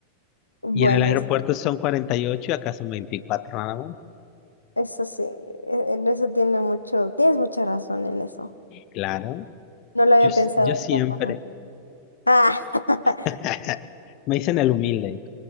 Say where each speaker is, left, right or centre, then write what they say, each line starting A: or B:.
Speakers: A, on the left; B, on the left.
A: bueno,
B: Y en el aeropuerto
A: es-
B: son cuarenta y ocho y acá son 24 nada más.
A: eso sí, e- en eso tiene mucho, tienes mucha razón en eso.
B: Claro.
A: No lo había
B: Yo, s-
A: pensado
B: yo siempre.
A: de esa forma. Ah, <laughs>
B: <laughs> Me dicen el humilde.